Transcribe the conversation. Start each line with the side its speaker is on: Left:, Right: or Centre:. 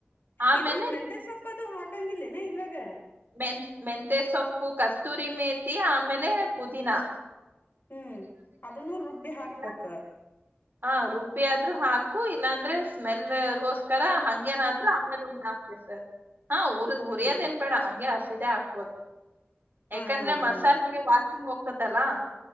Right: ಆಮೇಲೆ
Left: ಇದು ಮೆಂತೆ ಸೊಪ್ಪದು ಹಾಕಂಗಿಲ್ಲೇನಾ ಇದ್ರಾಗ.
Right: ಮೆಂ ಮೆಂತೆ ಸೊಪ್ಪು ಕಸ್ತೂರಿ ಮೇತಿ ಆಮೇಲೆ ಪುದೀನಾ.
Left: ಹ್ಮ್ ಅದನ್ನುೂ ರುಬ್ಬಿ ಹಾಕ್ಬೇಕ.
Right: ಇಲ್ಲ ಹಾ ರುಬ್ಬಿ ಆದ್ರು ಹಾಕು ಇಲ್ಲಾಂದ್ರೆ ಸ್ಮೆಲ್ಗೋಸ್ಕರ ಹಂಗೇನಾದ್ರು ಆಮೇಲೆ ಒಂದ <unintelligible> ಹಾ ಊರ್ದ ಹರಿಯದ
Left: ಹ್ಮ್
Right: ಏನ್ ಬೇಡ ಹಂ ಯು ಹಸಿದೆೇ ಹಾಕ್ಬೋದು. ಯಾಕಂದ್ರೆ
Left: ಹಾ ಹಾ
Right: ಮಸಾಲೆಗೆ
Left: ಹಾ
Right: ವಾಸ್ ನೀ ಹೋಗ್ತತಲ್ಲಾ.